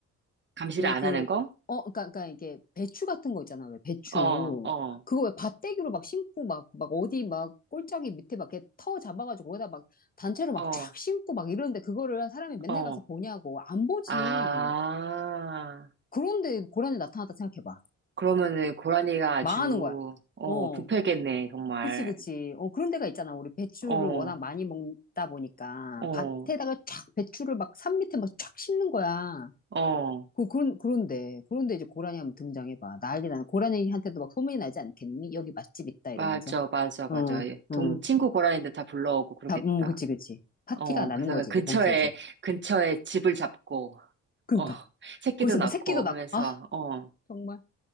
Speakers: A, on the right; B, on the left.
A: 감시를
B: 왜
A: 안
B: 그
A: 하는 거?
B: 어 그러니까 그러니까 이게 배추 같은 거 있잖아. 왜 배추
A: 어, 어,
B: 그거 왜 밭대기로 막 심고 막 막 어디 막 꼴짝이 밑에 막 이렇게 터 잡아가지고 거기다 막 단체로 막
A: 어,
B: 쫙 심고 막 이러는데 그거를 사람이 맨날
A: 어.
B: 가서 보냐고 안 보지.
A: 아,
B: 그런데 고란이 나타났다 생각해봐.
A: 그러면은 고라니가 아주,
B: 망하는 거야.
A: 어,
B: 어.
A: 부패겠네, 정말.
B: 그치, 그치. 어, 그런 데가 있잖아. 우리 배추를
A: 어,
B: 워낙 많이 먹다 보니까
A: 어,
B: 밭에다가 쫙 배추를 막 산 밑에 막 쫙 심는 거야.
A: 어.
B: 그, 그런, 그런데, 그런데 이제 고라니 한번 등장해봐. 난리 나는, 고라니한테도 막 소문이 나지 않겠니? 여기 맛집 있다, 이러면서.
A: 맞아, 맞아, 맞아.
B: 어,
A: 동,
B: 어.
A: 친구 고라니들 다 불러오고 그러겠다.
B: 다, 음, 그치, 그치. 파티가
A: 어,
B: 나는
A: 그래서
B: 거지,
A: 근처에,
B: 이제 거기서 이제.
A: 근처에 집을 잡고,
B: 그니까.
A: 어, <laughs>
B: 러
A: 새끼도
B: 거기서
A: 낳고
B: 뭐 새끼도 낳고,
A: 하면서,
B: 아,
A: 어
B: 정말.